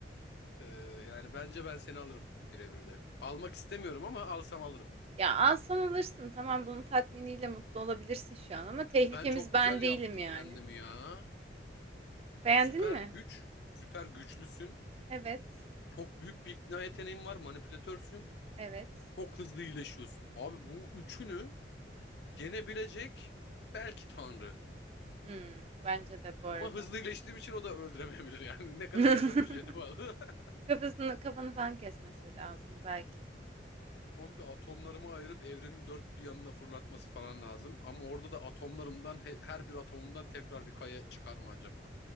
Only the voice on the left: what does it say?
Ee, yani bence ben seni alırım birebir de. Almak istemiyorum ama alsam alırım.
Ben çok
güzel
yaptım
kendimi ya.
Süper
güç, süper güçlüsün.
Çok büyük bir ikna yeteneğin var, manipülatörsün.
Çok hızlı iyileşiyorsun. Abi bu üçünü yenebilecek belki Tanrı.
Ama hızlı iyileştiğim için o da öldüremeyebilir yani. <laughs> Ne kadar
hızlı öldüreceğine bağlı. <laughs>
komple atomlarımı ayırıp evrenin dört bir yanına fırlatması falan lazım. Ama orada da atomlarımdan he- her bir atomumdan tekrar bir kaya çıkar mı acaba?